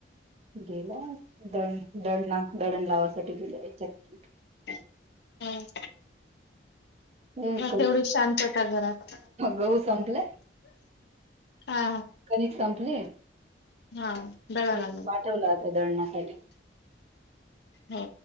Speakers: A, on the right; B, on the left.
A: गेलाय दळण दळण ला दडण लावायसाठी गेलाय चक्कीत.
B: हम्म
A: हे करू
B: तेवढी शांतता घरात
A: गहू संपले.
B: हा
A: कनिक संपली हम्म
B: हा दळणा
A: पाठवलं आता दळणासाठी.
B: हो